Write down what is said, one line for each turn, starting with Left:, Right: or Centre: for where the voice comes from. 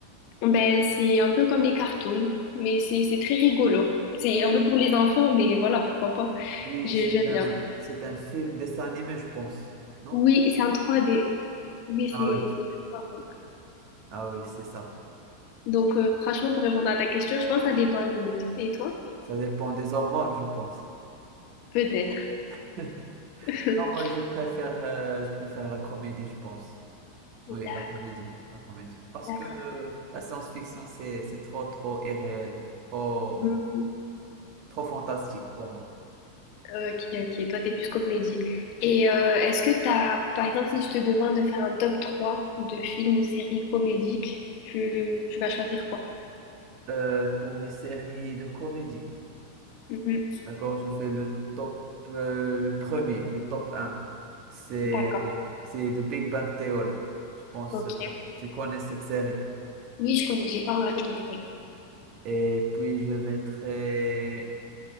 Left: Ben, c'est un peu comme les cartoons, mais c'est c'est très rigolo. C'est un peu pour les enfants, mais voilà, pourquoi pas.
Right: Oui,
Left: J'ai-
Right: c'est
Left: J'aime
Right: un,
Left: bien.
Right: c'est un film dessin animé, je pense. Non?
Left: Oui, c'est en trois d Oui, c'est
Right: Ah oui,
Left: c'est très sympa.
Right: ah oui, c'est ça.
Left: Donc, euh, franchement, pour répondre à ta question, je pense que ça dépend le mood. Et toi?
Right: Ça dépend des hormones, je pense.
Left: Peut-être.
Right: <laughs>
Left: <laughs>
Right: Non, moi, je préfère, euh, je préfère la comédie, je pense.
Left: D'accord,
Right: Oui, la comédie, la comédie. Parce
Left: d'accord,
Right: que euh,
Left: d'accord.
Right: la science-fiction, c'est, c'est trop, trop irréel, trop,
Left: Mhm.
Right: trop fantastique pour moi.
Left: Ok, ok. Toi, t'es plus comédie. Et euh, est-ce que t'as, par exemple, si je te demande de faire un top 3 de films ou séries comédiques, tu, tu vas choisir quoi?
Right: Euh, pour les séries de comédie,
Left: Mhm.
Right: d'accord, je fais le top, euh, le premier, le top un, C'est,
Left: D'accord,
Right: c'est The Big Bang Theory. Je pense,
Left: ok.
Right: euh, tu connais cette série.
Left: Oui, je connais, j'ai pas regardé, mais je connais.
Right: Et puis, je mettrai